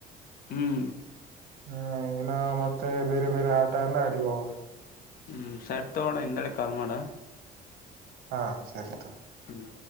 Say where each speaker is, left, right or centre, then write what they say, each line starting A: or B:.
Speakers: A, on the left (about 60°); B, on the right (about 65°).
A: ಹ್ಮ್
B: ಹ್ಮ ಏನ ಮತ್ತೆ ಬೇರೆ ಬೇರೆ ಆಟ ಎಲ್ಲ ಆಡಿಬ ಹಾಗ
A: ಹ್ಮ್ ಸೈಟ್ ತಗೋಣ ಹಿಂದೆಳ ಕಾಲ್ ಮಾಡ
B: ಹಾ ಸರಿತ
A: ಹ